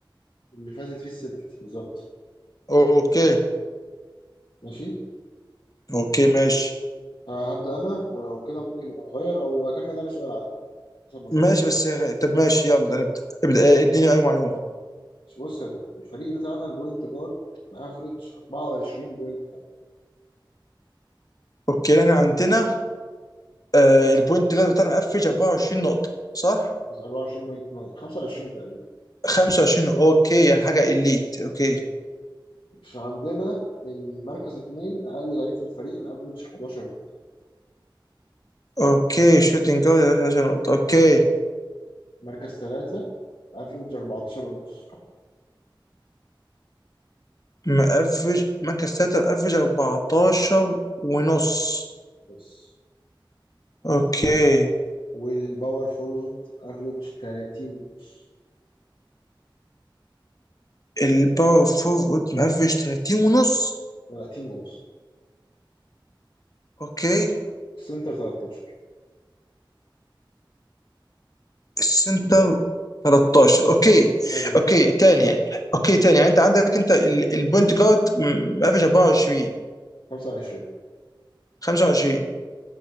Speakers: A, on the left; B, on the left.
A: اللي فازت فيه السلتكس بالظبط
B: اوكي
A: ماشي
B: اوكي ماشي
A: آه، هبدأ أنا ولو كده ممكن نبقى نغير أو أكمل أنا سؤال عادي حسب مزاجي
B: ماشي بس طب ماشي يلا نبدأ ابدأ آه، اديني أي معلومة
A: بص يا دود الفريق بتاعنا البوينت جارد مافريج 24 بوينت
B: اوكي احنا عندنا آه البوينت جارد بتاعنا مقفش 24 نقطة صح؟
A: 24 بوينت 9 25 تقريبا
B: 25 اوكي يعني حاجة إليت اوكي
A: مش عندنا المركز اتنين أقل لعيب في الفريق مافريج 11
B: اوكي شوتنج جارد 10 نقطة اوكي
A: مركز تلاتة افريج 14 ونص
B: مقفش مركز تلاتة مقفش 14 ونص
A: بس
B: اوكي
A: والباور فورورد افريج 30 ونص
B: الباور فورورد مقفش 30 ونص
A: 30 ونص
B: اوكي
A: السنتر 13
B: السنتر 13 اوكي
A: هذا الفريق
B: اوكي تاني يعني اوكي تاني يعني انت عندك انت ال- البوينت جارد م- مقفش 24
A: 25
B: 25